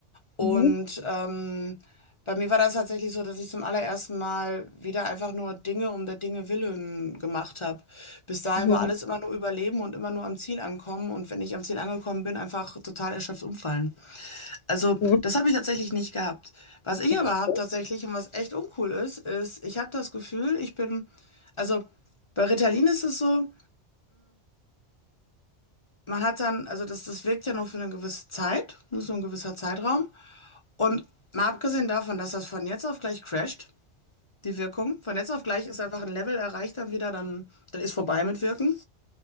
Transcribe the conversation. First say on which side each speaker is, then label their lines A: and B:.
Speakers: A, on the left; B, on the left.
A: Und
B: mhm.
A: ähm, bei mir war das tatsächlich so, dass ich zum allerersten Mal wieder einfach nur Dinge um der Dinge willen gemacht habe. Bis dahin
B: Mhm.
A: war alles immer nur Überleben und immer nur am Ziel ankommen. Und wenn ich am Ziel angekommen bin, einfach total erschöpft umfallen. Also
B: Mhm.
A: das habe ich tatsächlich nicht gehabt. Was ich
B: Okay.
A: aber habe tatsächlich und was echt uncool ist, ist, ich habe das Gefühl, ich bin, also bei Ritalin ist es so, man hat dann, also das, das wirkt ja nur für eine gewisse Zeit, nur so ein gewisser Zeitraum. Und mal abgesehen davon, dass das von jetzt auf gleich crasht, die Wirkung, von jetzt auf gleich ist einfach ein Level erreicht dann wieder, dann, dann ist vorbei mit Wirken.